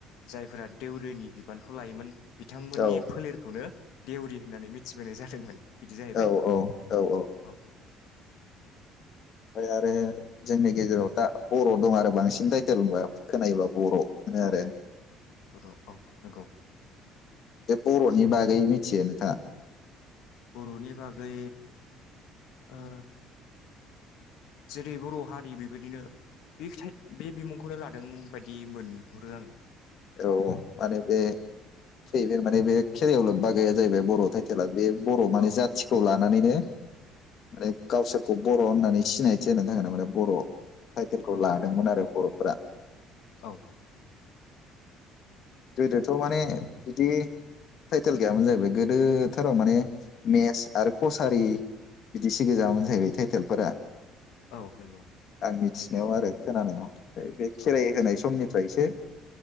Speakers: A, on the left (about 80°); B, on the left (about 50°).
A: जायफोरा देउरिनि बि बिबानखौ लायोमोन बिथांमोननि
B: औ
A: फोलेरखौनो देउरि होननानै मिथिबोनाय जादोंमोन। बिदि जाहैबाय
B: औ औ-औ-औ
A: औ
B: ओमफ्राय आरो जोंनि गेजेराव दा बर' दं आरो बांसिन टाइटेलफा। खोनायोल' बर' होनो
A: औ
B: आरो।
A: बर' औ नंगौ
B: बे बर'नि बागै मिथियो नोंथाङा?
A: बर'नि बागै ओ जेरै बर' हारि बेबायदिनो बिख टा बि बिमुंखौनो लादों बायदि मोनहरो आंङो।
B: औ माने बे फैयै फै माने बे खेरायाव लोब्बा गैया जाहैबाय बर' टाइटेला बे बर' माने
A: आङो
B: जाथिखौ लानानैनो माने गावसोरखौ बर' होननानै सिनायथि होनो थाखाय नो माने बर' टाइटेलखौ
A: औ नंगौ औ
B: लादोंमोन
A: नंगौ
B: आरो बर'फोरा
A: औ
B: गोदोथ' माने बिदि थाइटेल गैयामोन जाहैबाय गोदोथाराव माने मेस आरो कसारि बिदि सि गोजायामोन जाहैबाय थाइटेलफोरा।
A: औ नंगौ
B: मिथिनायाव आरो। खोनानायाव बे खेराइ
A: औ
B: होनाय समनि फ्रायसो